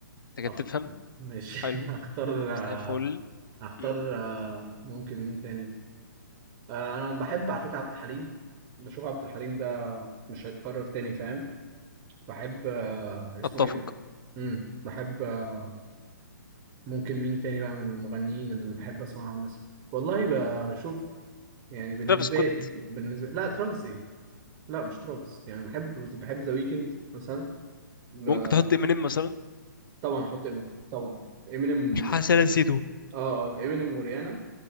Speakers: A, on the left (about 85°); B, on the right (about 25°).
A: انت كده
B: أخ...
A: بتفهم
B: ماشي <laughs>
A: حلو
B: هختار آه،
A: زي الفل
B: هختار
A: مم.
B: آه، ممكن مين تاني آه، انا بحب على فكره عبد الحليم بشوف عبد الحليم ده مش هيتكرر تاني فاهم بحب آه، اسمه
A: اتفق
B: ايه ده امم بحب آه، ممكن مين تاني بقى من المغنيين اللي بحب اسمعهم مثلا والله بشوف يعني بالنسبه
A: ترافيس سكوت
B: بالنسبه لا ترافيس ايه لا مش ترافيس يعني بحب بحب ذا ويكند مثلا ب-
A: ممكن تحط امينيم مثلا
B: طبعا احط امينيم طبعا امينيم
A: مش حاسس انا نسيته
B: اه اه امينيم وريانا